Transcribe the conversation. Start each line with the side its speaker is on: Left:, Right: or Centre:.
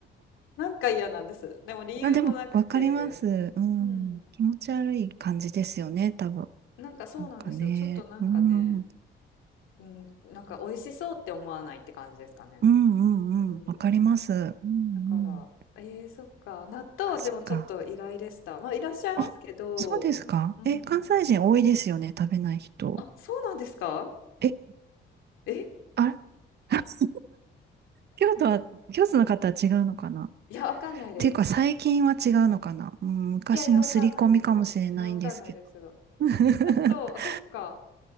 Left: なんか嫌なんです。でも理由もなくて、
Right: あ、でも、わかります。うん。
Left: うん。
Right: 気持ち悪い感じですよね、多分。
Left: なんかそうなんですよ。
Right: なんかね。
Left: ちょっとなんかね、
Right: うん。うん
Left: うん、なんか美味しそうって思わないって感じですかね。
Right: うんうん。
Left: うんうんうん。
Right: わかります。うんう
Left: だから、
Right: ん。
Left: えー、そっか。納豆はでもちょっと意外でした。
Right: あ、そっか。
Left: まあ、いらっしゃいますけど、
Right: あ、そうですか。
Left: うん。
Right: え、関西人多いですよね、食べない人。
Left: あ、そうなんですか
Right: え、
Left: え
Right: あれ <laughs> 京都は、京都の方は違うのかなっ
Left: いや、わかんないです。
Right: ていうか、最近は違うのかな、うん、昔の刷り込みかもしれないんですけど。
Left: いやいや、わかんないです。いや、わかんないですけど。
Right: <laughs>
Left: あと、そっか。